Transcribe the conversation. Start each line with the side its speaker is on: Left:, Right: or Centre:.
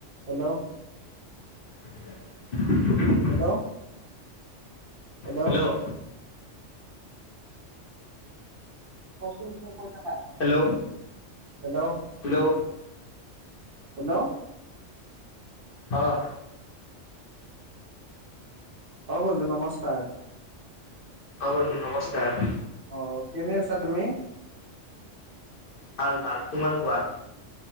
Right: Hello,
Left: <unintelligible>
Right: hello, hello,
Left: hello
Right: কোৱাচোন তুমি কৈ থাকা।
Left: হেল্ল'
Right: হেল্লো,
Left: হেল্ল'
Right: হেল্লো,
Left: অ',
Right: অ, বন্ধু নমস্কাৰ।
Left: অ, বন্ধু নমস্কাৰ।
Right: অ, কেনে আছা তুমি?
Left: ভাল, ভাল, তোমাৰ কোৱা?